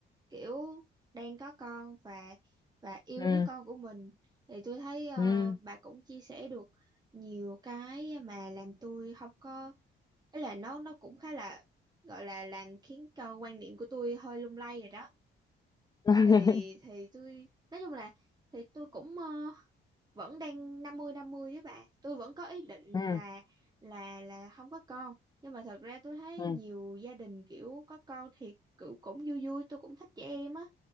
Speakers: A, on the right (about 20°); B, on the left (about 20°).
A: kiểu đang có con và và yêu
B: ừ
A: đứa con của mình thì tôi thấy ờ,
B: ừ
A: bà cũng chia sẻ được nhiều cái mà làm tôi không có ý là nó nó cũng khá là gọi là làm khiến cho quan niệm của tôi hơi lung lay rồi đó
B: <laughs>
A: thì thì tôi nói chung là thì tôi cũng ờ, vẫn đang năm mươi năm mươi với bạn tôi vẫn có ý định
B: ừ
A: là là là không có con nhưng mà thật ra tôi thấy
B: ừ
A: nhiều gia đình kiểu có con thì cũng, cũng vui vui tôi cũng thích trẻ em á